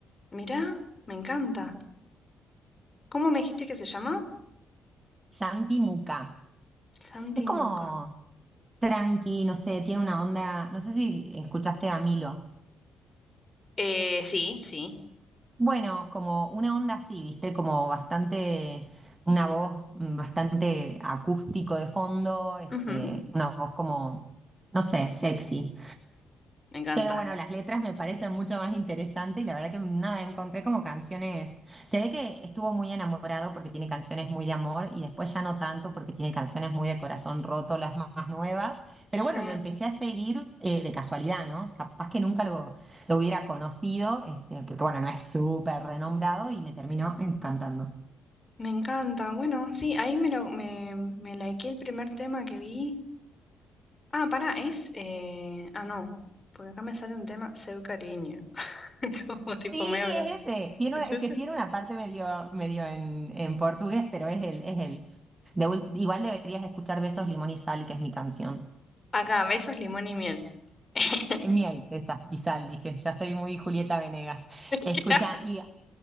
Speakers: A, on the left; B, on the right.
A: mirá, me encanta. ¿Cómo me dijiste que se llama?
B: Santi Muca.
A: Santi
B: Es como
A: Muca.
B: tranqui, no sé, tiene una onda, no sé si escuchaste a Milo.
A: Eh, sí, sí.
B: Bueno, como una onda así, viste, como bastante, una voz mm, bastante acústico de fondo, este,
A: ujú,
B: una voz como, no sé, sexy.
A: Me encanta.
B: Pero bueno, las letras me parecen mucho más interesantes y la verdad que nada, encontré como canciones. Se ve que estuvo muy enamorado porque tiene canciones muy de amor y después ya no tanto porque tiene canciones muy de corazón roto, las más más nuevas. Pero
A: Sí,
B: bueno, lo empecé a seguir eh, de casualidad, ¿no? Capaz que nunca lo, lo hubiera conocido, este, porque bueno, no es súper renombrado y me terminó encantando.
A: me encanta. Bueno, sí, ahí me lo, me, me likeé el primer tema que vi. Ah, pará, es. eh, Ah, no. Porque acá me sale un tema, Seu Cariño. <laughs> Como tipo
B: Sí,
A: me abrazo.
B: es ese. Tiene,
A: ¿Es
B: una- es
A: ese?
B: que tiene una parte medio, medio en, en portugués, pero es él, es él. De ul- igual deberías escuchar Besos, Limón y Sal, que es mi canción.
A: Acá, besos, limón y miel. <laughs>
B: Eh, miel, esa, y sal, dije. Ya estoy muy Julieta Venegas. Escucha,
A: ¿Qué?
B: y